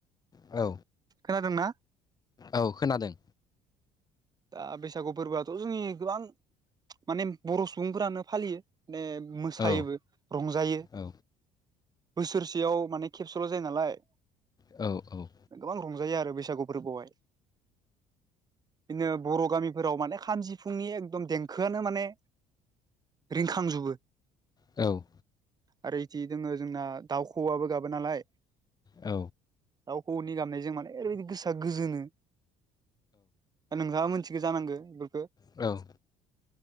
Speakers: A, on the left; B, on the right.
A: औ
B: खोनादों ना?
A: औ खोनादों।
B: दा बैसागु फोरबोआथ' जोंनि गोबां माने बर' सुबुंफोरानो फालियो माने मोसायोबो
A: औ
B: रंजायो
A: औ
B: बोसोरसेयाव माने खेबसेल' जायो नालाय
A: औ औ
B: गोबां रंजायो आरो बैसागु फोरबोआवहाय बिदिनो बर' गामिफोराव माने खाम सिफुंनि एकदम देंखोआनो माने रिंखांजोबो
A: औ
B: आरो इदि दोङो जोंना दाउखवाबबो गाबो नालाय
A: औ
B: दाउखौ नि गामनायजों माने ओरैबायदि गोसा गोजोनो दा नोंथाङा मिथिगो जानांगो बेफोरखौ
A: औ